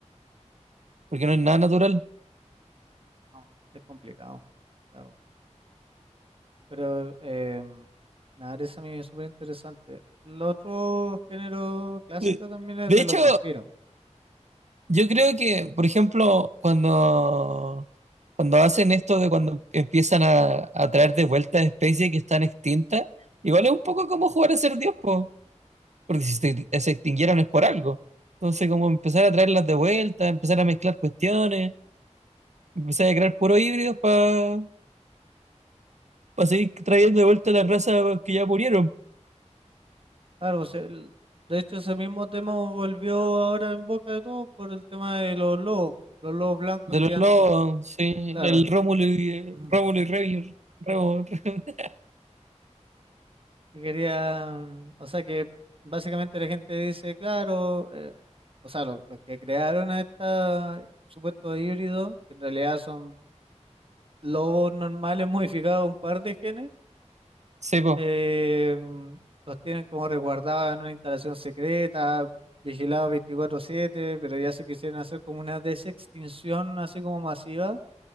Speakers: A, on the right; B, on the right.
A: porque no es nada natural.
B: No, es complicado, la verdad. Pero eh, nada, eso a mí es súper interesante. El otro género clásico
A: De
B: también es
A: de
B: de los
A: hecho,
B: vampiros.
A: Yo creo que, por ejemplo, cuando, cuando hacen esto de cuando empiezan a, a traer de vuelta especies que están extintas, igual es un poco como jugar a ser Dios, po, porque si se, se extinguieron es por algo. Entonces, como empezar a traerlas de vuelta, empezar a mezclar cuestiones, empezar a crear puros híbridos para seguir trayendo de vuelta las razas que ya murieron.
B: Claro, pues, el- de hecho ese mismo tema volvió ahora en boca de todos por el tema de los lobos, los lobos blancos
A: De
B: gigantes.
A: los lobos, sí,
B: Claro.
A: el Rómulo y,
B: Ujú.
A: Rómulo y Remo, Remo,
B: <laughs>
A: <laughs>
B: que querían, o sea que básicamente la gente dice, claro, eh, o sea, lo- los que crearon a estos supuestos híbridos, que en realidad son lobos normales <laughs> modificados un par de genes,
A: sí, po.
B: eh, los tienen como resguardados en una instalación secreta, vigilados veinticuatro siete, pero ya se quisieran hacer como una desextinción así como masiva